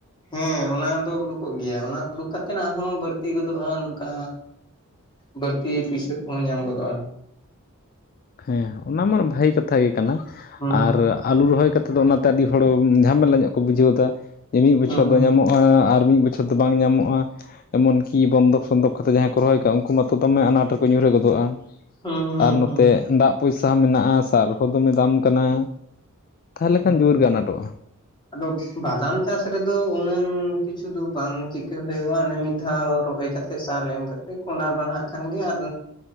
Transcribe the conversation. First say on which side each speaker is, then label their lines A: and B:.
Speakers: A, on the left; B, on the left.
A: ᱦᱮᱸ ᱚᱱᱟ ᱫᱚ ᱩᱰᱩᱠᱚᱜ ᱜᱮᱭᱟ, ᱚᱱᱟ ᱩᱰᱩᱠ ᱠᱟᱛᱮᱫ ᱟᱨᱦᱚᱸ ᱵᱟᱹᱲᱛᱤ ᱜᱚᱫᱚᱜᱼᱟ᱾ ᱱᱚᱝᱠᱟ ᱵᱟᱹᱲᱛᱤ ᱯᱩᱭᱥᱟᱹ ᱠᱚᱦᱚᱸ ᱧᱟᱢ ᱜᱚᱫᱚᱜᱼᱟ᱾
B: ᱦᱮᱸ ᱚᱱᱟ ᱢᱟ ᱵᱷᱟᱹᱜᱤ ᱠᱟᱛᱷᱟ ᱜᱮ ᱠᱟᱱᱟ,
A: ᱦᱩᱸ
B: ᱟᱨ ᱟᱞᱩ ᱨᱚᱦᱚᱭ ᱠᱟᱛᱮᱫ ᱫᱚ ᱚᱱᱟᱛᱮ ᱟᱹᱰᱤ ᱦᱚᱲ ᱡᱷᱟᱢᱮᱞᱟ ᱧᱚᱜ ᱠᱚ ᱵᱩᱡᱷᱟᱹᱣ ᱫᱟ, ᱢᱤᱫ ᱵᱚᱪᱷᱚᱨ
A: ᱦᱩᱸ
B: ᱫᱚ ᱧᱟᱢᱚᱜ ᱮᱸ ᱟᱨ ᱢᱤᱫ ᱵᱚᱪᱷᱚᱨ ᱫᱚ ᱵᱟᱝ ᱧᱟᱢᱚᱜᱼᱟ᱾ ᱮᱢᱚᱱ ᱠᱤ ᱵᱚᱱᱫᱚᱠ ᱥᱚᱱᱫᱚᱠ ᱠᱟᱛ ᱡᱟᱦᱟᱸᱭ ᱠᱚ ᱨᱚᱦᱚᱭ ᱟᱠᱟᱟᱜᱼᱟ ᱩᱱᱠᱩ ᱢᱟᱛᱚ ᱫᱚᱢᱮ ᱟᱱᱟᱴ ᱨᱮᱠᱚ ᱧᱩᱨᱦᱟᱹ ᱜᱚᱫᱚᱜᱼᱟ᱾
A: ᱦᱩᱸ ᱦᱩᱸ
B: ᱟᱨ ᱱᱚᱛᱮ
A: ᱦᱩᱸ
B: ᱫᱟᱜ ᱯᱚᱭᱥᱟ ᱦᱚᱸ ᱢᱮᱱᱟᱜᱼᱟ ᱥᱟᱨ ᱦᱚᱸ ᱫᱚᱢᱮ ᱫᱟᱢ ᱠᱟᱱᱟ ᱛᱟᱦᱚᱞᱮ ᱠᱷᱟᱱ
A: ᱦᱩᱸ
B: ᱡᱳᱨ ᱜᱮ ᱟᱱᱟᱴᱚᱜᱼᱟ
A: ᱟᱫᱚ ᱵᱟᱫᱟᱢ ᱪᱟᱥ ᱨᱮᱫᱚ ᱩᱱᱟᱹᱝ ᱠᱤᱪᱷᱩ ᱫᱚ ᱵᱟᱝ ᱪᱤᱠᱟᱹ ᱦᱩᱭᱩᱜᱼᱟ ᱚᱱᱮ ᱢᱤᱫ ᱫᱷᱟᱣ ᱨᱚᱦᱚᱭ ᱠᱟᱛᱮ ᱥᱟᱨ ᱮᱢ ᱠᱟᱛᱮ ᱠᱚᱸᱰᱟᱨ ᱵᱟᱲᱦᱟᱜ ᱠᱷᱟᱱ ᱜᱮ ᱟᱨ